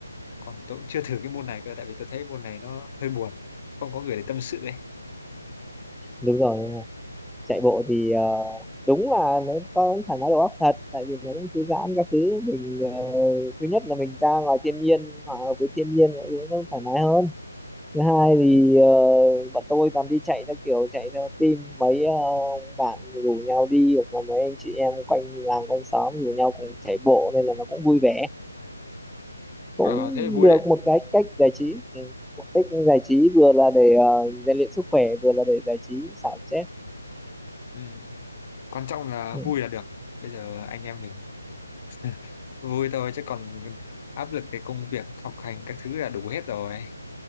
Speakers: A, on the left; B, in the centre.
A: còn tôi cũng chưa thử cái môn này cơ tại vì tôi thấy môn này nó hơi buồn không có người để tâm sự ấy
B: đúng rồi chạy bộ thì ờ, đúng là nó có thoải mái đầu óc thật tại vì nó cũng thư giãn các thứ mình ờ, thứ nhất là mình ra ngoài thiên nhiên hòa hợp với thiên nhiên mọi thứ nó thoải mái hơn thứ hai
A: ừ.
B: thì ờ, bọn tôi toàn đi chạy theo kiểu chạy theo team mấy ờ, bạn rủ nhau đi hoặc là mấy anh chị em quanh làng quanh xóm rủ nhau cùng chạy bộ nên là nó cũng vui vẻ
A: Ờ,
B: cũng
A: thế là vui
B: được
A: đấy
B: một cái cách giải trí ừ. một cách giải trí vừa là để ờ, rèn luyện sức khỏe vừa là để giải trí xả stress
A: ừ. quan trọng là
B: ừ.
A: vui là được bây giờ anh em mình <laughs> vui thôi chứ còn áp lực cái công việc học hành các thứ là đủ hết rồi